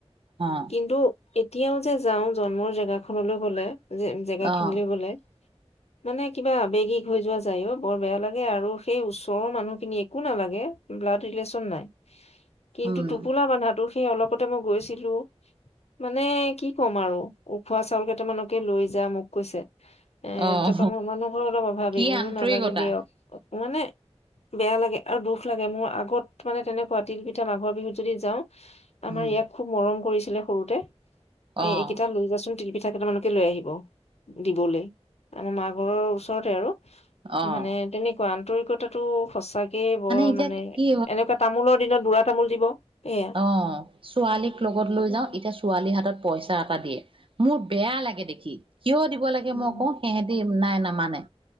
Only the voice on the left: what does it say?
কিন্তু এতিয়াও যে যাওঁ জন্মৰ জেগাখনলৈ গ'লে। জে-জেগা
খিনিলে গ'লে মানে, কিবা আবেগিক হৈ যোৱা যায় অহ, বৰ বেয়া লাগ গে আৰু সেই ওচৰৰ মানুহখিনি একো নালাগে, ব্লাড ৰিলেচন নাই কিন্তু,
টোপোলা বান্ধাটো সেই অলপতে মই গৈছিলো মানে কি ক'ম আৰু উখোৱা চাউল কেইটামানকে লৈ যা মোক কৈছে। এ'
তাৰপা মোৰ মানুহ ঘৰ অলপ অভাৱী,
মই বোলো
নালাগে দিয়ক। মানে বেয়া লাগে আৰু দুখ লাগে মোৰ। আগত মানে তেনেকুৱা, তিল পিঠা, মাঘৰ বিহুত যদি যাওঁ আমাৰ
ইয়াক খুব মৰম কৰিছিলে সৰুতে এ
এইকেইটা লৈ যাচোন তিল পিঠা কেইটামানকে লৈ আহিব দিবলৈ আমাৰ মা ঘৰৰ ওচৰতে আৰু।
মানে তেনেকুৱা আন্তৰিকতাটো সঁচাকে বৰ
মানে
এনেকুৱা তামোলৰ দিনত বুঢ়া তামোল দিব এয়া
উম
উম